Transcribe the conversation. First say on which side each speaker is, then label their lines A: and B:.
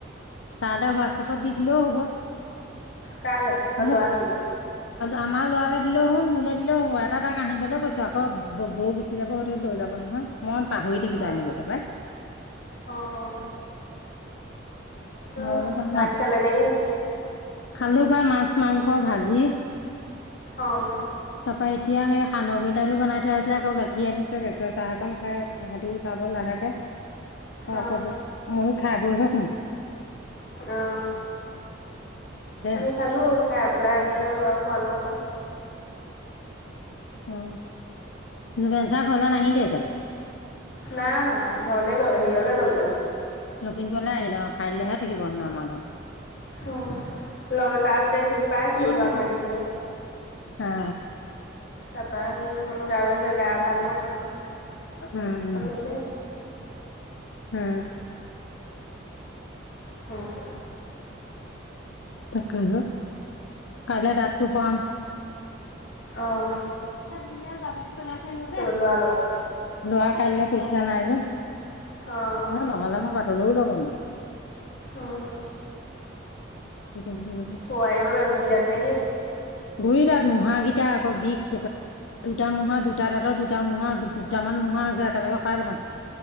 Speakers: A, on the left; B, on the left.
A: তাহপাচত হোৱাটছএপত দি দিলেও হব।
B: কালে অ
A: মোক
B: লোৱা টোলে।
A: আমাৰ লৰালে। হ মোলে দিলও হ'ব এটা তাক আনিবলৈ কৈছো আকৌ বৌ গুচি যাব হয়টো লৈ যাব নহয় মন। পাহৰি থাকিলো
B: অঁ
A: আনিব তাৰাপাই।
B: অঁ
A: প
B: অঁ ভাত
A: ন
B: খালে নেকি
A: খালো পাই মাছ মাংস ভাজি।
B: অহঁ।
A: তাৰ পা এতিয়া সেই সাণ্ড গুই গলো বনাই থৈ আছিলে আকৌ গাখীৰ আনিছে গাখীৰৰ চাহকন খাই সেইটো উতাব লাগে। তাকে
B: অঁ
A: অকল ম খাই বৈ হে শুম।
B: অঁ
A: সেয়া
B: আমি খালো খাই পেলাই আহি আৰু লৰা খোৱালো অকমান।
A: অ জোগেঞ্চাৰ ঘৰলৈ নাহিলেই চোন।
B: নাই অহা ঘৰলে গল হেৰীয়লে গলগে।
A: লখিমপুৰলৈ আহিলে আৰু কাইলৈহে থাকিব হেনো আমাৰ ঘৰত।
B: অ লগ তাত দেখি পাইছিলো
A: জিঅ'ত
B: লোৱাক
A: মাৰিলি
B: মাতিছিলে।
A: হা
B: তাপা সৰি হলো গাছে গা ভাল নহয়।
A: উম
B: গ'লে
A: উ। হ
B: সক।
A: তাকে কাইলে দাত টো হৰাম।
B: অহ।
A: লোৱা
B: ল'ৰাৰ লগত
A: কাইলৈ পৰীক্ষা নাই যে। হ
B: অ',
A: নহ'লে মই বাটলৈও যাব নোৱাৰো।
B: অঁ।
A: নোৱাৰো
B: হোৱা বাবা গুই দাত নেকি?
A: গুৰি দাত মুঢাকেইটা আকৌ বিষ খেপাল। দুটা মূঢ়া দুটা দাঁতৰ দুটা মূঢ়া দুটামান মূঢ়া আছে একেলগে হৰাই পেলাম।